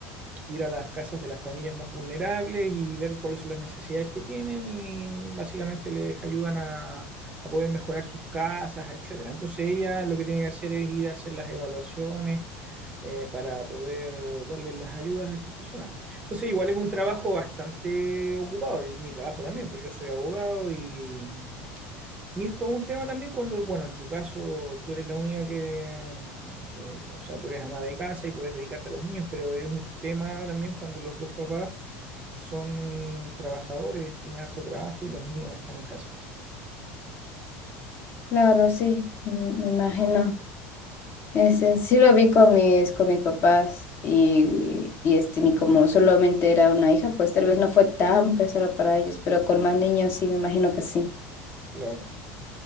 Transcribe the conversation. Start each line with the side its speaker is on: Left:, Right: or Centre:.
Right: ir a las casas de las familias más vulnerables y ver cuáles son las necesidades que tienen y básicamente les ayudan a, a poder mejorar sus casas, etcétera. Entonces ella lo que tiene que hacer es ir a hacer las evaluaciones eh, para poder darles las ayudas a estas personas. Entonces, igual es un trabajo bastante ocupado, y mi trabajo también, pues yo soy abogado y, y esto es un tema también cuando, bueno, en tu caso tú eres la única que, que, o sea, tú eres ama de casa y puedes dedicarte a los niños, pero es un tema también cuando los dos papás son trabajadores, tienen harto trabajo y los niños están en casa.
Left: Claro, sí, mm, me imagino. Este, sí lo vi con mis, con mis papás y, y este, ni como solamente era una hija, pues tal vez no fue tan pesado para ellos, pero con más niños sí, me imagino que sí.
Right: Claro.